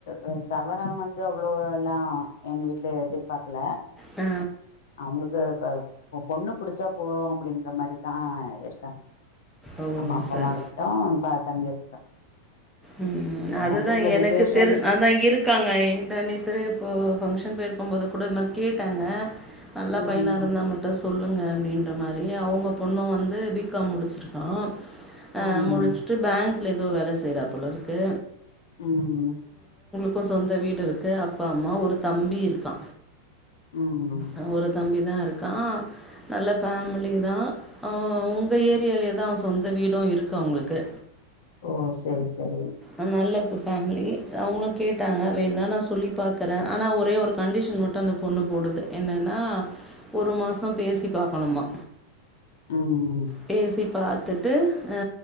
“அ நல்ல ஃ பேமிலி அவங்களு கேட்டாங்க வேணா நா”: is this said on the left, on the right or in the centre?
Centre